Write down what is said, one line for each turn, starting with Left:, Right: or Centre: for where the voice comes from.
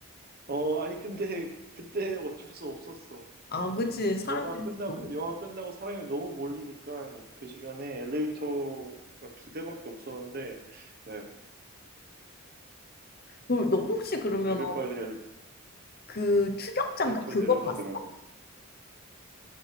Right: 어 아니 근데 그때 어쩔 수 없었어
Left: 아, 그치. 사람들이
Right: 영화 끝나고
Left: 너무.
Right: 영화 끝나고 사람이 너무 몰리니까 그 시간에 엘리베이터가 두 대밖에 없었는데 야
Left: 그럼 너 혹시 그러면
Right: 이럴 바에 그냥
Left: 그 추격자인가
Right: 엘리베이터
Left: 그거
Right: 내려가더라고
Left: 봤어?